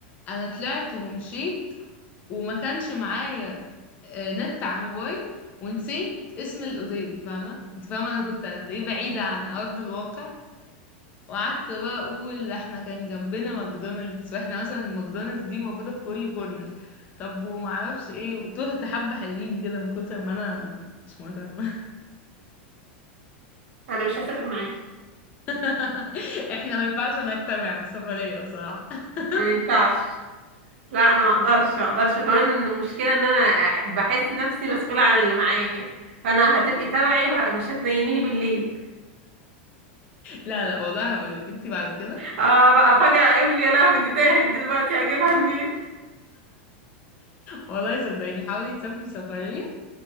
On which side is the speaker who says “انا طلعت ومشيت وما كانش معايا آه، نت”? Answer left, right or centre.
Left